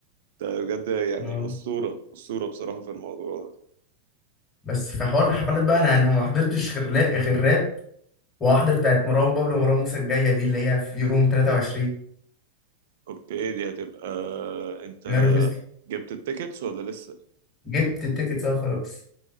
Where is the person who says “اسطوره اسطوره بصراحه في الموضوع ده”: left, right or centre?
Right